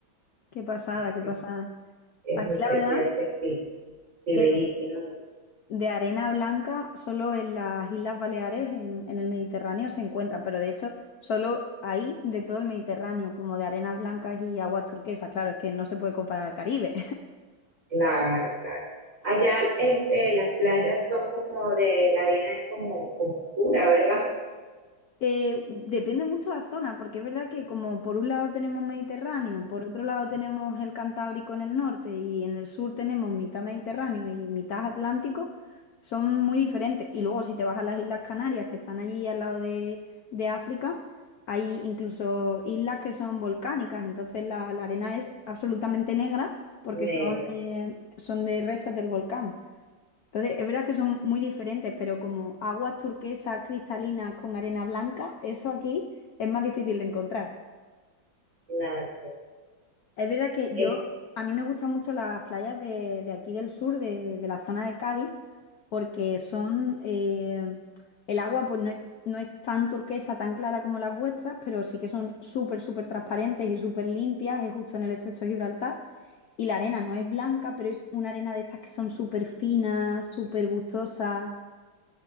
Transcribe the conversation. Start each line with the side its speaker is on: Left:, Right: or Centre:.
Left: qué pasada,
Right: es,
Left: qué
Right: es
Left: pasada.
Right: es
Left: Aquí
Right: muy parecido
Left: la verdad
Right: a ese estilo. Sí,
Left: que
Right: bellísima,
Left: De arena blanca, solo en las Islas Baleares, en, en el Mediterráneo, se encuentran, pero de hecho, solo ahí de todo el Mediterráneo, como de arenas blancas y aguas turquesas. Claro, es que no se puede comparar al Caribe.
Right: Claro, claro. Allá, este, las playas son como de, la arena es como, como oscura, ¿verdad?
Left: Eh, depende mucho de la zona, porque es verdad que como por un lado tenemos Mediterráneo, por otro lado tenemos el Cantábrico en el norte y en el sur tenemos mitad Mediterráneo y mitad Atlántico, son muy diferentes. Y luego si te vas a las Islas Canarias, que están allí al lado de, de África, hay incluso islas que son volcánicas, entonces la, la arena es absolutamente negra porque
Right: Negra.
Left: son de- son de restos del volcán. Entonces, es verdad que son muy diferentes, pero como aguas turquesas cristalinas con arena blanca, eso aquí es más difícil de encontrar.
Right: Claro.
Left: Es verdad que
Right: Es-
Left: yo, a mí me gustan mucho las playas de, de aquí del sur, de, de la zona de Cádiz, porque son, eh, el agua pues no es, no es tan turquesa, tan clara como las vuestras, pero sí que son súper, súper transparentes y súper limpias, es justo en el estrecho de Gibraltar. Y la arena no es blanca, pero es una arena de estas que son súper finas, súper gustosas.